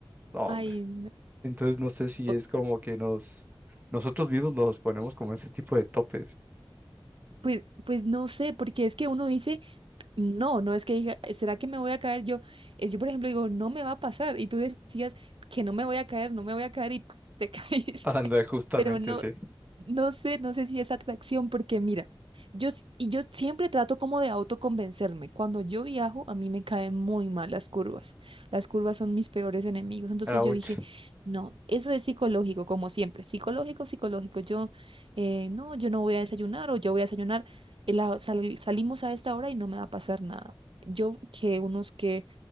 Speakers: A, on the right (about 20°); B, on the right (about 70°).
A: No,
B: Ay,
A: hombre.
B: no.
A: Entonces no sé si
B: O-
A: es como que nos, nosotros mismos nos ponemos como ese tipo de topes.
B: Pues, pues no sé, porque es que uno dice, No, no es que diga, ¿será que me voy a caer yo? Eh, Yo, por ejemplo, digo, no me va a pasar. Y tú decías que no me voy a caer, no me voy a caer y te <laughs> caíste.
A: <laughs> Anda, justamente,
B: Pero no,
A: sí.
B: no sé, no sé si es atracción, porque mira, yo, s- y yo siempre trato como de autoconvencerme. Cuando yo viajo, a mí me caen muy mal las curvas. Las curvas son mis peores enemigos. Entonces
A: Ouch.
B: yo dije, no, eso es psicológico, como siempre. Psicológico, psicológico. Yo, eh, no, yo no voy a desayunar o yo voy a desayunar. eh, la- sal- salimos a esta hora y no me va a pasar nada. Yo que unos que